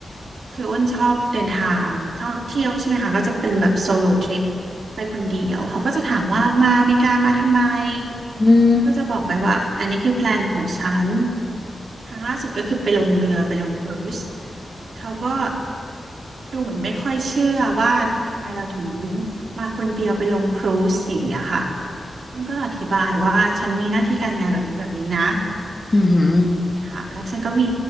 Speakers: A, on the right; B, on the left.
A: คืออ้นชอบเดินทางชอบเที่ยวใช่ไหมคะก็จะเป็นแบบโซโลทริปไปคนเดียวเขาก็จะถามว่ามาอเมริกามาทำไม
B: อืม
A: อ้นก็จะบอกไปว่าอันนี้คือแพลนของฉันครั้งล่าสุดก็คือไปลงเรือไปลงครูซเขาก็ดูเหมือนไม่ค่อยเชื่อว่าทำไมเราถึงมาคนเดียวไปลงครูซอย่างเงี้ยค่ะอ้นก็ต้องอธิบายว่าฉันมีหน้าที่การงานแบบนี้แบบนี้นะ
B: อืม
A: ค่ะแล้วฉันก็มี